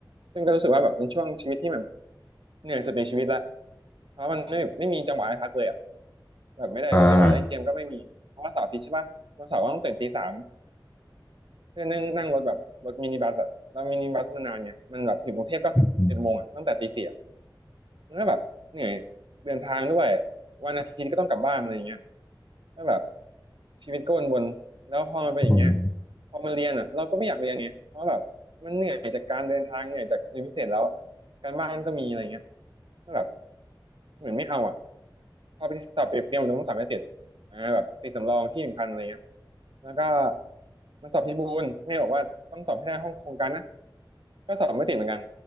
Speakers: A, on the right (about 75°); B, on the left (about 25°).
A: ซึ่งก็รู้สึกว่าแบบเป็นช่วงชีวิตที่แบบเหนื่อยสุดในชีวิตละเพราะมันไม่ไม่มีจังหวะให้พักเลยอ่ะแบบไม่ได้หรอจังหวะเล่นเกมก็ไม่มีเพราะว่าเสาร์อาทิตย์ใช่ปะวันเสาร์ก็ต้องตื่นตีสาม
B: อ่า
A: เพื่อนั่งนั่งรถแบบรถมินิบัสอ่ะแล้วมินิบัสมันนานไงมันแบบถึงกรุงเทพก็สิบเอ็ดโมงอ่ะตั้งแต่ตีสี่อ่ะ
B: อื
A: มันก็แบบเหนื่อยเดินทางด้วยวันอาทิตย์ก็ต้องกลับบ้านอะไรอย่างเงี้ย ก็แบบชีวิตก็วนๆแล้วพอมันเป็นอย่างเงี้ย
B: ม
A: พอมันเรียนอ่ะเราก็ไม่อยากเรียนไงเพราะแบบมันเหนื่อยจากการเดินทางเหนื่อยจากเรียนพิเศษแล้วการบ้านก็มีอะไรเงี้ยก็แบบเหมือนไม่เอาอ่ะพอไปสอบเตรียมเตรียมตัวต้องสอบให้เสร็จอ่าแบบติดสำรองที่หนึ่งพันอะไรเงี้ยแล้วก็มันสอบพิบูลแม่บอกว่าต้องสอบให้ได้ห้องโครงการนะก็สอบไม่ติดเหมือนกัน